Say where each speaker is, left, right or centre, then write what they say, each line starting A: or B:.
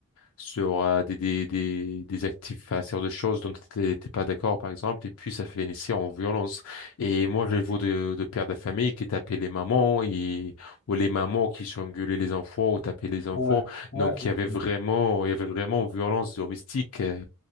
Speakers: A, on the left; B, on the left.
A: sur euh, des, des, des, des actifs, enfin, sur des choses dont tu n'étais pas d'accord, par exemple, et puis ça fait finissait en violence. Et moi, je vois de, de pères de famille qui tapaient les mamans, et, ou les mamans qui s'engueulaient les enfants, ou tapaient les enfants.
B: ouais, ouais,
A: Donc,
B: effectivement.
A: il y avait vraiment, il y avait vraiment une violence domestique euh,